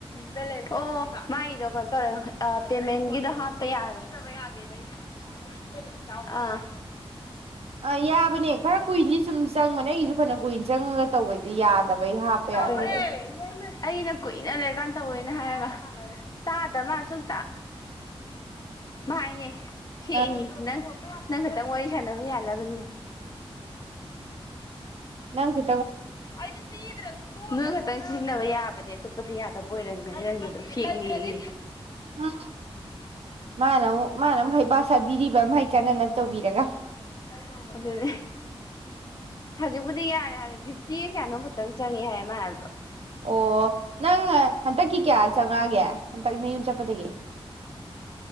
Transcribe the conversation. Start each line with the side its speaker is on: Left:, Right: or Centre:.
Left: ꯑꯣ ꯃꯥꯒꯤꯗꯣ ꯀꯩꯅꯣ ꯇꯧꯔꯦ ꯄꯦꯃꯦꯟꯒꯤꯗꯣ ꯍꯥꯞꯄ ꯌꯥꯔꯦ ꯅꯅꯤ ꯁꯤꯝꯄꯜ ꯆ ꯑꯥ
Right: ꯑ ꯌꯥꯕꯅꯦ ꯈꯔ ꯀꯨꯏꯅꯤ ꯁꯨꯝ ꯆꯪꯕꯅꯦ ꯑꯩꯁꯨ ꯐꯅ ꯀꯨꯏꯅ ꯆꯪꯉꯒ ꯇꯧꯕꯩꯗꯤ ꯌꯥꯗꯕꯩ ꯍꯥꯞꯄ
Left: ꯇꯦ
Right: ꯌꯥꯗꯕꯩ
Left: ꯑꯩꯅ ꯀꯨꯏꯅ ꯂꯩꯔꯀꯥꯟ ꯇꯧꯅꯦ ꯍꯥꯏꯔꯒ ꯇꯥꯗꯃ ꯁꯨꯡ ꯇ ꯃꯥꯥꯏꯅꯦ ꯍꯦꯅꯤ
Right: ꯑꯥ
Left: ꯅ ꯅꯪ ꯈꯛꯇꯪ ꯋꯥꯔꯤ ꯁꯥꯟꯅꯕ ꯌꯥꯅꯕꯅꯤ
Right: ꯅꯪ ꯆ
Left: <unintelligible> ꯅꯣꯏ ꯈꯛꯇꯪ ꯁꯤꯖꯤꯟꯅꯕ ꯌꯥꯕꯅꯦ ꯑꯗꯨꯝ꯫ <unintelligible> ꯌꯥꯗꯕ ꯑꯣꯏꯔꯝꯒꯅꯤ ꯅꯪꯒꯤꯗꯣ ꯐꯦꯛꯅꯦꯌꯦ꯫
Right: ꯎꯝ ꯃꯥꯅꯃꯨꯛ ꯃꯥꯅꯃꯨꯛ ꯍꯩꯄꯥ ꯁꯥꯕꯤꯔꯤꯕ ꯃꯥꯏ ꯀꯥꯟꯅꯅꯕ ꯇꯧꯕꯤꯔꯒ꯫
Left: <unintelligible> ꯍꯧꯖꯤꯛꯄꯨꯗꯤ ꯌꯥꯔꯦ ꯍꯥꯏꯃꯦ ꯐꯤꯐꯇꯤ ꯀꯌꯥꯅꯣ ꯈꯛꯇꯪ ꯆꯪꯉꯛꯑꯦ ꯍꯥꯏꯌꯦ ꯃꯥ ꯍꯥꯏꯕꯗꯣ꯫
Right: ꯑꯣ ꯅꯪꯉ ꯍꯟꯇꯛꯀꯤ ꯀꯌꯥ ꯆꯪꯉꯛꯑꯒꯦ ꯍꯟꯇꯛ ꯅꯌꯨꯝ ꯆꯠꯄꯗꯒꯤ